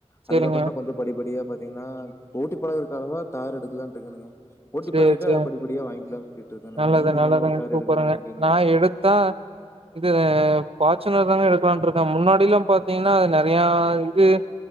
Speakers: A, on the right; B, on the left.
A: சேரிங்க
B: அதுக்கப்புறம் தான் கொஞ்சம் படிப்படியா பாத்தீங்கன்னா ஓட்டி பழகக்கவா தார் எடுக்கலான்னுடு இருக்கேனுங்க ஒட்டி
A: சேரி
B: பழகிட்ட
A: சேரி
B: அத படிப்படிய வாங்கிக்கலாம் சொல்லிட்டு இருக்கேனுங்க.
A: நல்லது
B: நீங்க
A: நல்லதுங்க
B: எந்த மாரி தார்
A: சூப்பருங்க
B: எடுக்கலான்னு இருக்கீங்க?
A: நா எடுத்தா இது பாச்சுன்னுலா தாங்க எடுக்கலான் இருக்கேன் முன்னாடியிலாம் பாார்த்தீங்கன்னா அது நறைய இது